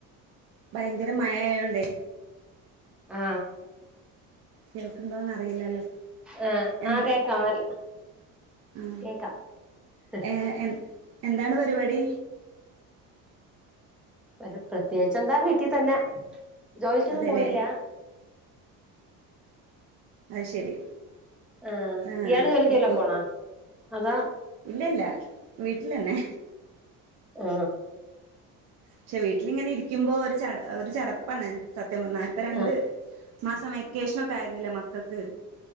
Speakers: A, on the right (about 50°); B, in the centre.
A: ഭയങ്കരം മയ ആയോണ്ടേ.
B: ആ
A: കേൾക്കുണ്ടോന്ന് അറിയില്ലല്ലോ
B: ആ
A: എന്താ
B: ആ കേക്കാ നൽ
A: ആ
B: കേക്കാം ഹ്.
A: ഏ എ എന്താണ് പരിപാടി?
B: ഒരു പ്രത്യേച്ചെന്താ വീട്ടി തന്നെ. ജോലിക്കൊന്നും
A: അതെല്ലേ
B: പോണില്ല.
A: അയ് ശെരി.
B: ആഹ്
A: ആ
B: ഇയാള് ജോലിക്കെല്ലാം
A: ഇപ്പൊ
B: പോണോ അതാ
A: ഇല്ലല്ല. വീട്ടിലെന്നെ.
B: ആ
A: ക്ഷെ വീട്ടിലിങ്ങനെ ഇരിക്കുമ്പോ ഒരു ചട് ഹ് ഒരു ചടപ്പാണ് സത്യം പർഞാ ഇപ്പൊ രണ്ട്
B: ആഹ്
A: മാസം വെക്കേഷനക്കെ ആയിരുന്നില്ലേ മക്കക്ക്.